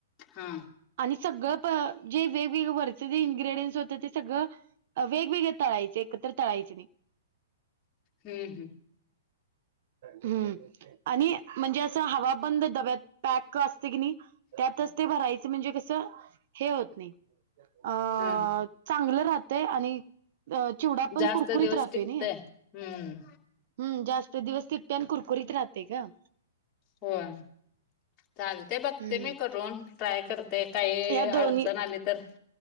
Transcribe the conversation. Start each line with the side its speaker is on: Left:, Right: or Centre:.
Left: हा.
Right: आणि सगळं प जे वेगवेगळे वरचे जे इन्ग्रेडियंट्स होतं ते सगळं वेगवेगळे तळायचे एकत्र तळायचे नाही.
Left: हम्म हम्.
Right: हम्म, आणि म्हणजे असं हवाबंद डब्यात पॅक असतय की नाही त्यातच ते भरायचं म्हणजे कसं, हे होत नाही. अ
Left: हा
Right: चांगलं राहतय आणि अ चिवडा पण
Left: जास्त
Right: कुरकुरीत
Left: दिवस
Right: राहतोय
Left: टिकतय
Right: नई.
Left: हम्म
Right: हम् जास्त दिवस टिकतय आणि कुलकुरीत राहतय गं.
Left: होय, चालतय बघते
Right: हम्म
Left: मी करून ट्राय कर ते काही
Right: या दोन्ही
Left: अडचण आली तर,